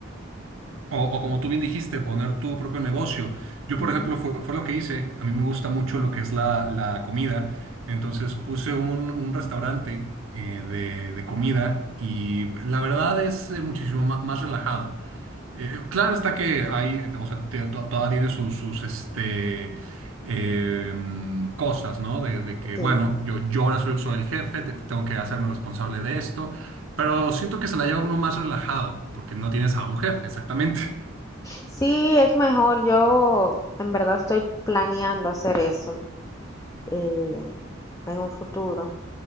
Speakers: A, on the right; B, on the left.
A: O, o como tú bien dijiste, poner tu propio negocio. Yo,
B: Ujú,
A: por ejemplo, fue, fue lo que hice. A mí me gusta mucho lo que es la, la comida. Entonces puse un, un restaurante eh, de, de comida y la verdad es eh, muchísimo ma- más relajado. Eh, claro está que hay, o sea, te- to- todavía tiene sus, sus este, em, cosas, ¿no? De, de que,
B: Sí.
A: bueno, yo, yo ahora soy, soy el jefe, te- tengo que hacerme responsable de esto. Pero siento que se la lleva uno más relajado, porque no tienes a un jefe, exactamente.
B: Sí, es mejor, yo en verdad estoy planeando hacer eso eh, en un futuro,